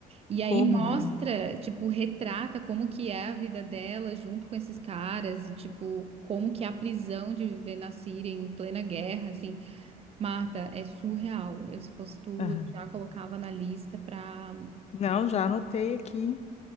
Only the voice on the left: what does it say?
como,
né?
Aham.
Não, já anotei aqui.